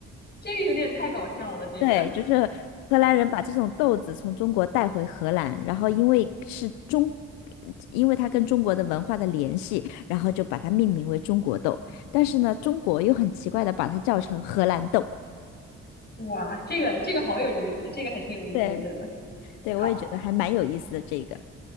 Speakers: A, on the left; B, on the left.
A: 这个有点太搞笑了，这个
B: 对，就是荷兰人把这种豆子从中国带回荷兰，然后因为是中，因为它跟中国的文化的联系，然后就把它命名为中国豆。但是呢，中国又很奇怪的把它叫成荷兰豆。
A: 哇，这个这个好有意思，这个还挺有意思，
B: 对，
A: 我觉得
B: 对，
A: 好
B: 我也觉得还蛮有意思的这个